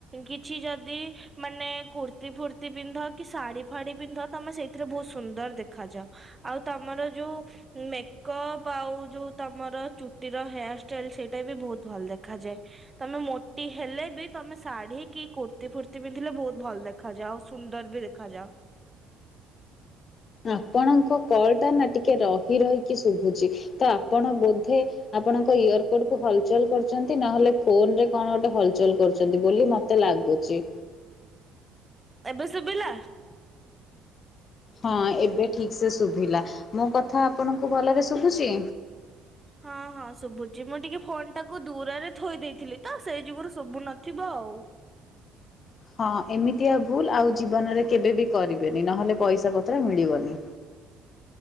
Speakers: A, on the right; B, on the left.
A: କିଛି ଯଦି ମାନେ କୁର୍ତ୍ତି ଫୁର୍ତି ପିନ୍ଧ କି ଶାଢୀ ଫାଢି ପିନ୍ଧ ତମେ ସେ ସେଥିରେ ବହୁତ ସୁନ୍ଦର ଦେଖାଯାଅ ଆଉ ତମର ଯୋଉ ମେକଅପ ଆଉ ଯୋଉ ତମର ଚୁଟିର ହେୟାର ଷ୍ଟାଇଲ ସେଇଟା ବି ବହୁତ ଭଲ ଦେଖାଯାଏ ତମେ ମୋଟି ହେଲେ ବି ତମେ ଶାଢୀ କି କୁର୍ତ୍ତିୀ ଫୁର୍ତ୍ତି ପିନ୍ଧିଲେ ବହୁତ ଭଲ ଦେଖାଯାଅ ସୁନ୍ଦର ବି ଦେଖାଯାଅ।
B: ଆପଣଙ୍କ କଲ ଟା ନା ଟିକେ ରହି ରହିକି ଶୁଭୁଛି ତ ଆପଣ ବୋଧେ ଆପଣଙ୍କ ଇୟର କଡ କୁ ହଲଚଲ କରୁଛନ୍ତି ନହେଲେ ଫୋନ ରେ କଣ ଗୋଟେ ହଲଚଲ କରୁଛନ୍ତି ବୋଲି ମତେ ଲାଗୁଛି।
A: ଏବେ ଶୁଭିଲା?
B: ହଁ ଏବେ। ଠିକ ସେ ଶୁଭିଲା ମୋ କ ଥା ଆପଣଙ୍କୁ ଭଲସେ ଶୁଭୁଚି।
A: ହଁ ହଁ ଶୁଭୁଛି ମୁଁ ଟିକେ ଫୋନ୍ ଟାକୁ ଦୂରରେ ଥୋଇ ଦେଇଥିଲି ତ ସେଇ ଯୁଗୁରୁ ଶୁଭୁ ନଥିବ ଆଉ।
B: ହଁ ଏମିତିଆ ଭୁଲ ଆଉ ଜୀବନରେ କେବେ ବି କରିବେନି ନହେଲେ ପଇସା ପତ୍ର ମିଳିବନି।